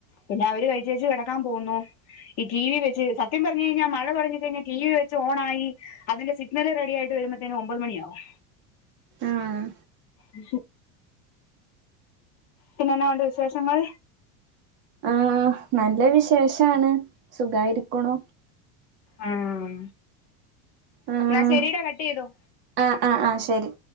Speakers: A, on the left; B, on the right.
A: പിന്നെ അവര് കഴിച്ചേച്ചു കിടക്കാൻ പോകുന്നു ഈ ടിവി വെച്ച് സത്യം പറഞ്ഞു കഴിഞ്ഞാൽ മഴ തുടങി കഴിഞ്ഞാൽ ടിവി വെച്ച് ഓൺ ആയി അതിന്റെ സു ഇന്നലെ റെ ടിയായിട്ട് വരുമ്പ ത്തേ നും ഒമ്പത് മണിയാവും
B: ആഹ്
A: ഉ പിന്നെ എന്നാ ഉണ്ട് വിശേഷങ്ങൾ
B: ആഹ് നല്ല വിശേഷാണ് സുഖായിരിക്കണു
A: ആഹ്
B: ആഹ്
A: എന്ന ശരിടാ കട്ട്‌ ചെയ്തോ
B: ആഹ് ആഹ് ആഹ് ശരി